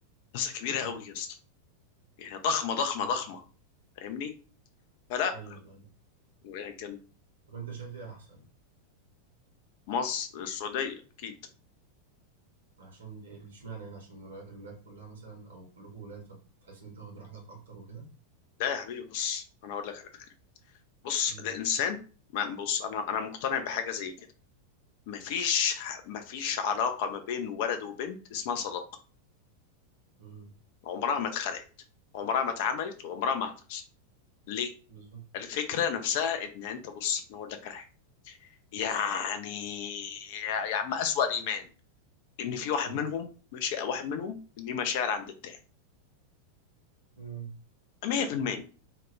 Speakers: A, on the left; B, on the right.
A: مدرسة كبيرة
B: مم.
A: قوي يا اسطى يعني ضخمة ضخمة
B: مم.
A: ضخمة فاهمني فلا
B: أيوه أيوه
A: يعني كان
B: طب أنت شايف إيه أحسن؟
A: مصر السعودية أكيد
B: عشان دي- اشمعنى يعني عشان الولا- الولاد كلها مثلا أو كلكم ولاد فبتحس إن أنت واخد راحتك أكتر وكده؟
A: لا يا حبيبي بص أنا أقول لك على فكرة بص
B: مم.
A: الإنسان ما بص أنا أنا مقتنع بحاجة زي كده مفيش مفيش علاقة ما بين ولد وبنت اسمها صداقة
B: مم.
A: عمرها ما اتخلقت عمرها ما اتعملت وعمرها ما هتحصل ليه؟
B: بالظبط
A: الفكرة نفسها ان انت بص انا اقول لك على حاجة يعني يا يا عم اسوأ الايمان ان في واحد
B: مم.
A: منهم ماشي واحد منهم ليه مشاعر عند التاني
B: مم.
A: 100%